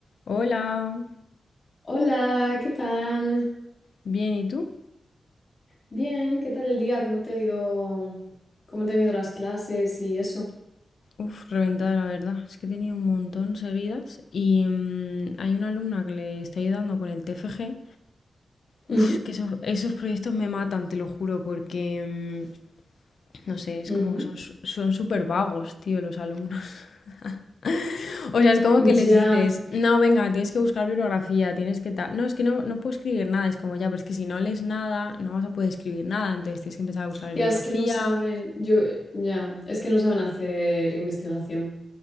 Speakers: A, on the left; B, on the left.
A: Hola,
B: Hola, ¿qué tal?
A: bien, ¿y tú?
B: Bien, ¿qué tal el día? ¿Cómo te ha ido? ¿Cómo te han ido las clases y eso?
A: Uf, reventada la verdad, es que he tenido un montón seguidas y mm, hay una alumna que le está ayudando con el TFG.
B: Ujú,
A: Uf, que esos, esos proyectos me matan, te lo juro, porque mm, no sé, es
B: ujú.
A: como que son su- son súper vagos, tío, los alumnos. <laughs> O sea, es como
B: Ya,
A: que les dices, no, venga, tienes que buscar bibliografía, tienes que tal. No, es que no, no puedo escribir nada, es como ya, pero es que si no lees nada, no vas a poder escribir nada, entonces tienes que empezar a buscar bibliografía.
B: ya es que no saben, yo, eh, ya, es que no saben hacer investigación.